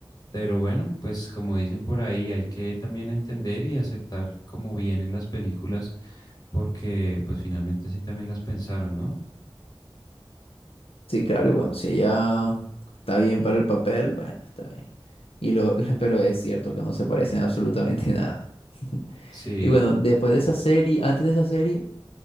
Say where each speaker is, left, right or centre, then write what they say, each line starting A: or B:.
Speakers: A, on the left (about 40°); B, on the left (about 85°).
A: pero bueno, pues como dicen por ahí, hay que también entender y aceptar cómo vienen las películas, porque pues finalmente así también las pensaron, ¿no?
B: Sí, claro, y bueno, si ella está bien para el papel, bueno, está bien. Y lo, <laughs> pero es cierto que no se parecen absolutamente nada. <laughs>
A: Sí,
B: Y bueno, después de esa serie, antes de esa serie...